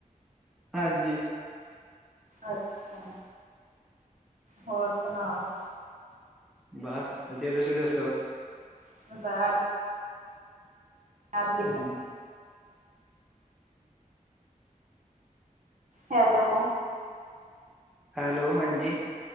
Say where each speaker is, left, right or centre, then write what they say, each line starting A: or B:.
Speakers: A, in the centre; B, on the right.
A: ਹਾਂਜੀ।
B: ਅੱਛਾ ਹੋਰ ਸੁਣਾਓ।
A: ਬਸ ਵਧੀਆ। ਤੁਸੀਂ ਦੱਸੋ।
B: <unintelligible> <unintelligible>
A: ਹੂੰ।
B: ਹੈਲੋ।
A: ਹੈਲੋ ਹਾਂਜੀ।